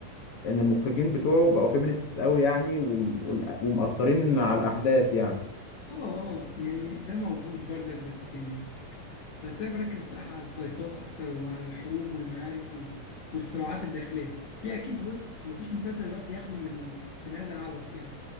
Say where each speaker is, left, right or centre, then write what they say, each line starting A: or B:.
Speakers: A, on the left (about 75°); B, on the left (about 55°).
A: ان المخرجين بتوعه بقوا فيمينيست قوي يعني وال- وال- ومأثرين على الاحداث يعني
B: اه آه، يعني ده موجود برضك بس بس انا بركز صراحه على الفايتات اكتر وعلى الحروب والمعارك و... والصراعات الداخليه في اكيد بص مفيش مسلسل دلوقتي يخلو من من هذا العبث يعني